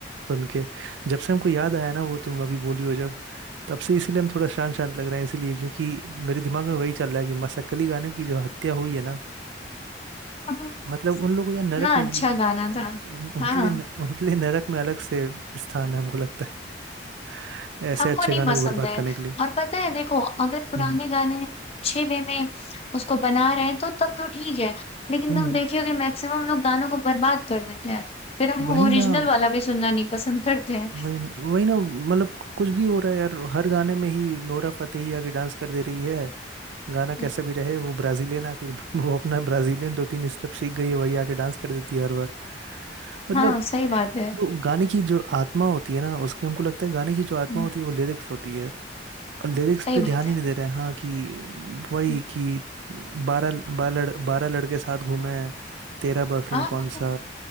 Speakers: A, on the right; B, on the left.
A: सुन के जब से हमको याद आया ना वो तुम अभी बोली हो जब तब से इसीलिए हम थोड़ा शांत शांत लग रहे हैं इसीलिए क्योंकि मेरे दिमाग में वही चल रहा है कि मसक्कली गाने की जो हत्या हुई है ना
B: <laughs>
A: मतलब उन लोगों या नरक
B: इतना
A: में
B: अच्छा
A: भी
B: गाना था
A: उ- उनके
B: हाँ
A: लिए उनके लिए नरक में अलग से स्थान है हमको लगता है ऐसे
B: हमको
A: अच्छे
B: नहीं
A: गानों
B: पसंद
A: को बर्बाद
B: है
A: करने के लिए
B: और पता है देखो अगर पुराने
A: हम्म
B: गाने अच्छे वे में उसको बना रहे हैं तो तब तो ठीक है लेकिन
A: हम्म
B: तुम देखियो कि मैक्सिमम लोग गानों को बर्बाद कर देते हैं फिर हम
A: वही
B: ओरिजिनल
A: ना
B: वाला भी सुनना नहीं पसंद करते हैं
A: वही ना वही ना मतलब कुछ भी हो रहा है यार हर गाने में ही नोरा फतेही आके डांस कर दे रही है गाना
B: हम्म,
A: कैसा भी रहे वो ब्राजीलियन आके <laughs> वो अपना ब्राजीलियन दो तीन स्टेप सीख गई है वही आके डांस कर देती है हर बार मतलब
B: हाँ सही बात है
A: जो गाने की जो आत्मा होती है ना उसके हमको लगता है गाने की जो आत्मा
B: हम्म,
A: होती है वो लिरिक्स होती है और लिरिक्स
B: सही
A: पे ध्यान
B: बात है
A: ही नहीं दे रहे हैं हाँ कि वही
B: हम्म,
A: कि बारह बारह लड़, बारह लड़के साथ घूमे तेरा बॉयफ्रेंड
B: हाँ हाँ,
A: कौन
B: हाँ,
A: सा